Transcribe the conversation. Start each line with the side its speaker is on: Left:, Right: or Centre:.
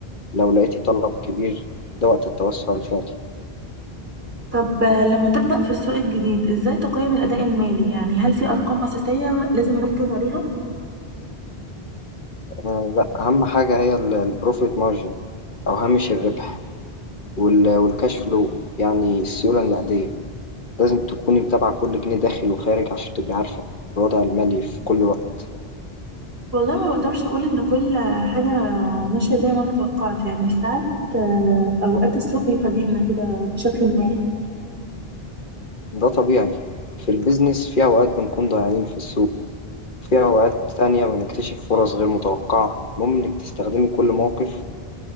Left: لو لقيتي طلب كبير ده وقت التوسع الفعلي
Right: طب آه، لما تبدأ في السوق الجديد إزاي تقيم الأداء المالي؟ يعني هل في أرقام أساسية لازم أركز عليها؟
Left: آه لا أهم حاجة هي ال- البروفيت مارجن أو هامش الربح وال- والكاش فلو يعني السيولة النقدية لازم تكوني متابعة كل جنيه داخل وخارج عشان تبقي عارفة الوضع المالي في كل وقت
Right: والله ما بقدرش أقول إن كل حاجة ماشية زي ما أنا توقعت يعني ساعات آه، أوقات السوق بيفاجئنا كده بشكل ما
Left: ده طبيعي في البيزنس في أوقات بنكون ضايعين في السوق في أوقات تانية بنكتشف فرص غير متوقعة المهم إنك تستخدمي كل موقف